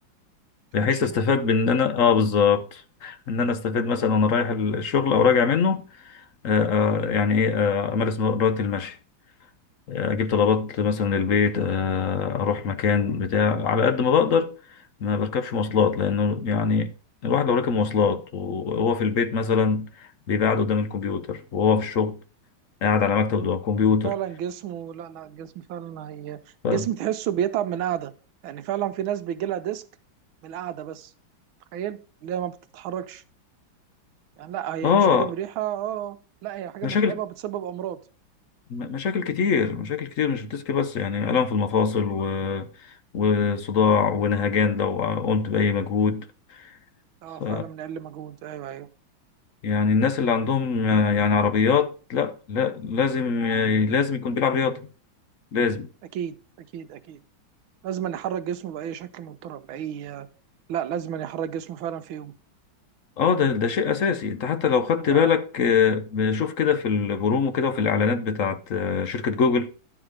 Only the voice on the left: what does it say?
بحيث
استفاد بان انا اه بالظبط ان انا استفاد مثلا وانا رايح الشغل او راجع منه آه آه، يعني ايه آه، امارس رياضه المشي آه، اجيب طلبات مثلا للبيت آه اروح مكان بتاع على قد ما بقدر ما بركبش مواصلات لانه يعني الواحد لو ركب مواصلات وهو في البيت مثلا بيبقى قاعد قدام الكمبيوتر وهو في الشغل قاعد على مكتب قدام الكمبيوتر
ف...
اه
مشاكل
م- مشاكل كتير مشاكل كتير مش الديسك بس يعني آلام في المفاصل و... وصداع ونهجان لو قمت بأي مجهود
ف
يعني الناس اللي عندهم آه، يعني عربيات لا لا لازم آه، لازم يكون بيلعب رياضة لازم
اه ده ده شيء اساسي انت حتى لو خدت
بالك آه، بنشوف كده في البرومو كده وفي الاعلانات بتاعت آه، شركة جوجل